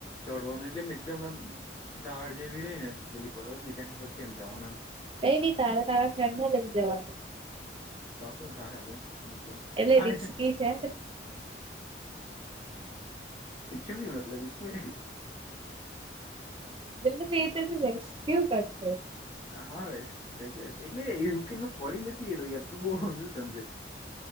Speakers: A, on the left (about 30°); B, on the right (about 30°).
A: ચડવાનું એટલે એકદમ એમ દાડ જેવી રેય ને પેલી પર્વત ની તેના પરથી એમ જવાનું એમ.
B: એઈ ની તારે તારા ફ્રેન્ડને લઈ જવાનું.
A: તોસું થાહે તો મતલબ.
B: એટલે
A: હા
B: રીક્સ બી છે
A: કુછ ભી મતલબ ઇસ્મે હાં
B: <unintelligible> રેસ્ક્યુ કરશે
A: હા એજ કે જે એટલે કેએવુપડી નથી એલો યાર તો બહું સમજે